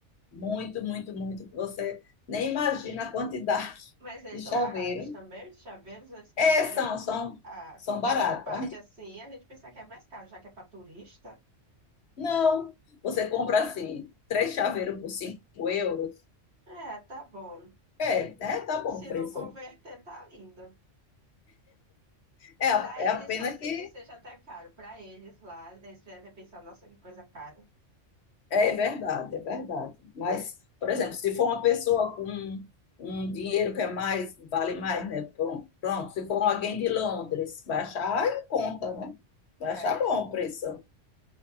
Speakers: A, on the left (about 65°); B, on the right (about 60°).
A: Muito, muito, muito. que Você nem imagina a quantidade
B: Mas eles
A: de chaveiro.
B: são baratos também, os chaveiros, eles bateram.
A: É, são, são,
B: Ah,
A: são
B: porque
A: baratos.
B: essa parte assim, a gente pensa que é mais caro, já que é para turista.
A: Não, você compra assim, três chaveiros por 5 euros.
B: É, tá bom.
A: É, né? Tá bom
B: Se
A: o preço.
B: não converter, tá lindo.
A: É, a-
B: Para
A: é
B: eles
A: a pena
B: pode
A: que
B: ser que seja até caro. Para eles lá, eles devem pensar, nossa, que coisa cara.
A: é verdade, é verdade. Mas, por exemplo, se for uma pessoa com um dinheiro que é mais, vale mais, né? Pronto, pronto. Se for alguém de Londres, vai achar em conta, né? Vai
B: É,
A: achar bom o preço.